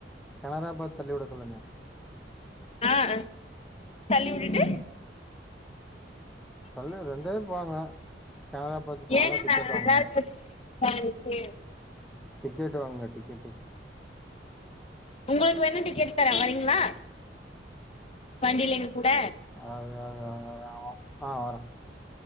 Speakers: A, in the centre; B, on the left.
A: கெனரா பாத்து தள்ளி வுட சொல்லுங்க
B: ஆஹ தள்ளி வுட்டுட்டு
A: தள்ளி வுடு ரெண்டு பேரும் போங்க கெனரா பாத்து போங்க
B: ஏங்க
A: டிக்கெட்
B: நாங்க நல்லா
A: வாங்குக
B: இருக்கு. <unintelligible>
A: டிக்கெட்டு வாங்க டிக்கெட்டு
B: உங்களுக்கு வேணா டிக்கெட் தரே வரீங்களா வண்டில எங்க கூட
A: அ அ அ து ஆ வர